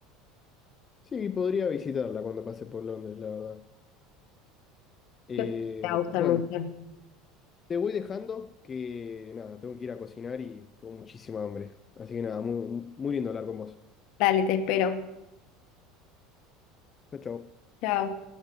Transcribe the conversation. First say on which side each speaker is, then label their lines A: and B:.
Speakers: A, on the left; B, on the left.
A: sí, podría visitarla cuando pase por Londres, la verdad. Eh,
B: Yo creo que Te va a gustar
A: bueno,
B: mucho.
A: Te voy dejando que nada, tengo que ir a cocinar y tengo muchísima hambre. Así que nada, muy, muy lindo hablar con vos.
B: Dale, te espero.
A: Chao, chao.
B: Chao.